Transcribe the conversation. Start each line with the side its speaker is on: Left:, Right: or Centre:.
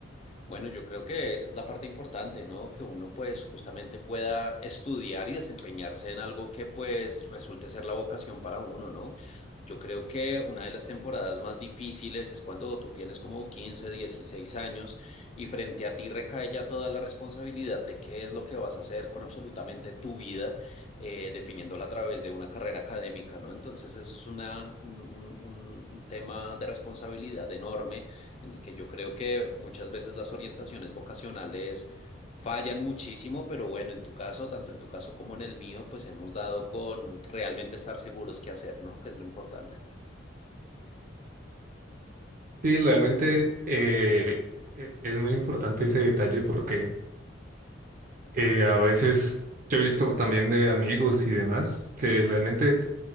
Left: Bueno, yo creo que esa es la parte importante, ¿no? Que uno pues justamente pueda estudiar y desempeñarse en algo que pues resulte ser la vocación para uno, ¿no? Yo creo que una de las temporadas más difíciles es cuando tú tienes como 15, 16 años y frente a ti recae ya toda la responsabilidad de qué es lo que vas a hacer con absolutamente tu vida, eh, definiéndola a través de una carrera académica, ¿no? Entonces eso es una, un, un un- un tema de responsabilidad enorme en el que yo creo que muchas veces las orientaciones vocacionales fallan muchísimo, pero bueno, en tu caso, tanto en tu caso como en el mío, pues hemos dado con realmente estar seguros qué hacer, ¿no? Que es lo importante.
Right: Sí, realmente eh, e- es muy importante ese detalle porque eh, a veces yo he visto también de amigos y demás que realmente...